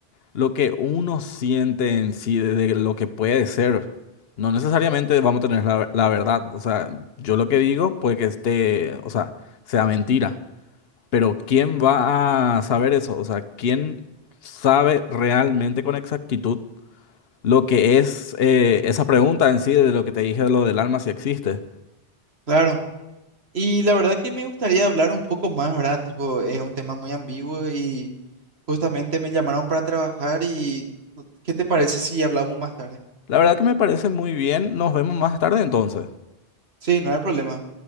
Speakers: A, on the left; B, on the right.
A: lo que uno siente en sí, de, de lo que puede ser. No necesariamente vamos a tener la, la verdad. O sea, yo lo que digo puede que esté, o sea, sea mentira. Pero ¿quién va a saber eso? O sea, ¿quién sabe realmente con exactitud lo que es eh, esa pregunta en sí de lo que te dije de lo del alma si existe?
B: Claro. Y la verdad que me gustaría hablar un poco más, ¿verdad? Tipo, es un tema muy ambiguo y justamente me llamaron para trabajar y ¿qué te parece si hablamos más tarde?
A: La verdad que me parece muy bien. Nos vemos más tarde entonces.
B: Sí, no hay problema.